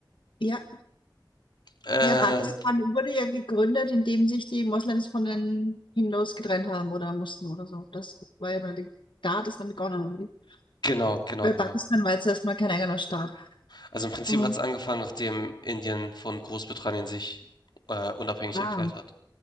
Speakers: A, on the left; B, on the left.
A: Ja.
B: Äh,
A: Ja, Pakistan wurde ja gegründet, indem sich die Moslems von den Hindus getrennt haben oder mussten oder so. Das war ja mal die, da hat es dann begonnen. oder wie?
B: genau, genau,
A: Weil
B: genau.
A: Pakistan war jetzt erstmal kein eigener Staat.
B: Also im Prinzip
A: Mhm.
B: hat es angefangen, nachdem Indien von Großbritannien sich äh, unabhängig
A: Ah,
B: erklärt hat.